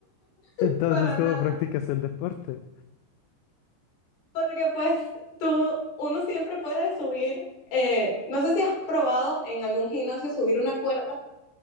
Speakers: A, on the left; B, on the left.
A: <laughs>
B: Entonces,
A: para
B: ¿cómo
A: nada.
B: practicas el deporte?
A: Porque pues tú, uno siempre puede subir, eh, no sé si has probado en algún gimnasio subir una cuerda